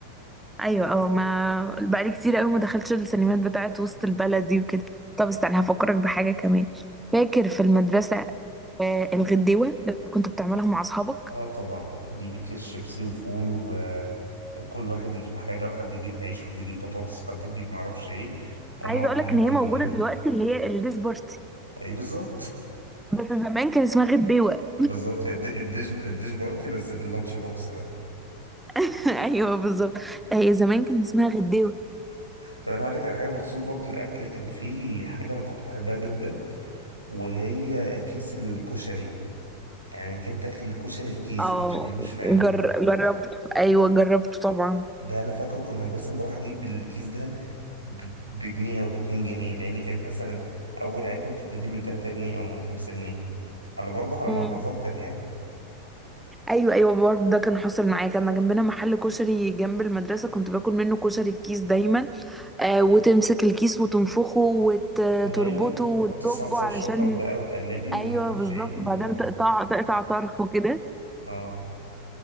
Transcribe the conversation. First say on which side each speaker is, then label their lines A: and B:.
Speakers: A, in the centre; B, on the right.
A: ايوه اه ما بقالي كتير قوي ما دخلتش السينمات بتاعت وسط البلد دي وكده طب استنى هفكرك بحاجه كمان فاكر في المدرسه آه، الغديوه اللي كنت بتعملها مع اصحابك
B: اه طبعا نجيب كيس شيبسي وفول و... وكل واحد يجيب حاجه وحد يجيب عيش وحد يجيب بطاطس وحد يجيب معرفش ايه ونقعد
A: عايزه اقولك
B: ناكل
A: ان هي موجوده دلوقتي اللي هي الديش بارتي
B: ايه بالظبط
A: بس زمان كان اسمها غديوه
B: <laughs> بالظبط الد- الديش الديش بارتي بس باللانش بوكس بقى
A: <laughs> ايوه بالظبط هي زمان كان اسمها غديوه
B: طب انا هقول لك على حاجه بخصوص برضو الاكل كان في حاجه انا كنت بحبها جدا وهي كيس الكشري يعني انك انت تاكل الكشري في كيس
A: اه
B: ما تاكلهوش في علبه
A: جر... جربته ايوه جربته طبعا
B: ده انا فاكر كنا بس بروح اجيب الكيس ده ب- بجنيه او باتنين جنيه لان كانت مثلا اول علبه بتبتدي من تلاتة جنيه او من خمسة جنيه على برضه على
A: مم.
B: ما اتذكر يعني
A: ايوه ايوه برضه ده كان حاصل معايا كان جنبنا محل كشري جنب المدرسه كنت باكل منه كشري في كيس دايما آه وتمسك الكيس وتنفخه وتربطه
B: ايوه
A: وتزجه
B: تحط الصلصه
A: علشان
B: والشطه والدقه وتقلبي
A: ايوه
B: وما اعرفش
A: بالظبط
B: ايه و...
A: وبعدين تقطع تقطع طرفه كده
B: اه